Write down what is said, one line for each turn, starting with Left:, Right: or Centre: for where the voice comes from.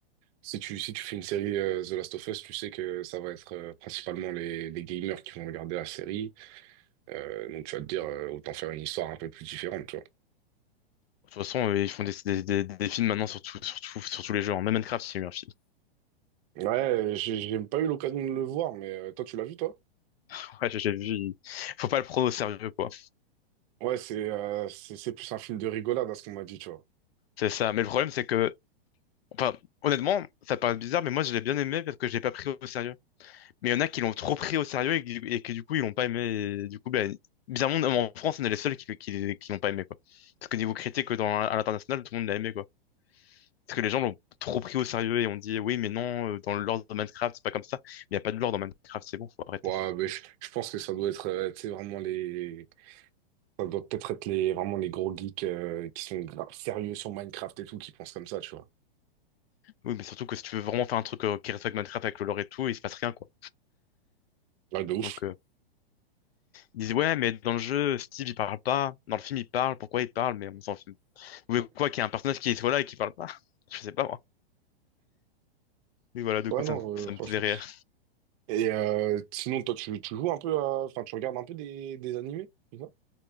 Right: Si tu, si tu fais une série euh, The Last of Us, tu sais que ça va être euh, principalement les, les gamers qui vont regarder la série. Euh, donc tu vas te dire, euh, autant faire une histoire un peu plus différente, tu vois.
Left: De toute façon, euh, ils font des, des, des, des films maintenant sur, tout, sur, tout- sur tous les jeux. hein. Même Minecraft, il y a eu un film.
Right: Ouais, j'ai j'ai pas eu l'occasion de le voir, mais euh, toi, tu l'as vu, toi?
Left: <laughs> Ouais, j'ai vu. il- Faut pas le prendre au sérieux quoi.
Right: Ouais, c'est euh, c'est c'est plus un film de rigolade à ce qu'on m'a dit, tu vois.
Left: C'est ça. Mais le problème c'est que, enfin, honnêtement, ça paraît bizarre, mais moi je l'ai bien aimé parce que je l'ai pas pris au sérieux. Mais il y en a qui l'ont trop pris au sérieux et, qui et que du coup ils l'ont pas aimé. Et du coup, ben, bizarrement, en France, on est les seuls qui qui qui l'ont pas aimé quoi. Parce que niveau critique dans à l'international, tout le monde l'a aimé quoi. Parce que les gens l'ont trop pris au sérieux et ont dit oui, mais non, euh, dans le lore de Minecraft, c'est pas comme ça. Il n'y a pas de lore dans Minecraft, c'est bon, faut arrêter.
Right: Ouais, mais je, je pense que ça doit être, euh, tu sais, vraiment les... Ça doit peut-être être les, vraiment les gros geeks euh, qui sont grave sérieux sur Minecraft et tout, qui pensent comme ça, tu vois.
Left: Oui, mais surtout que si tu veux vraiment faire un truc euh, qui respecte Minecraft avec le lore et tout, il se passe rien, quoi.
Right: Ouais, de ouf.
Left: Donc, euh,
Right: <laughs>
Left: ils disent ouais, mais dans le jeu, Steve, il parle pas. Dans le film, il parle. Pourquoi il parle? Mais on s'en fout. Vous voulez quoi, qu'il y ait un personnage qui soit là et qui parle pas? <laughs> Je sais pas, moi. Oui, voilà, du
Right: Ouais,
Left: coup,
Right: non,
Left: ça me, ça
Right: euh, franchement.
Left: me faisait rire.
Right: Et euh, sinon, toi, tu, tu joues un peu à- Enfin, tu regardes un peu des, des animés, tu vois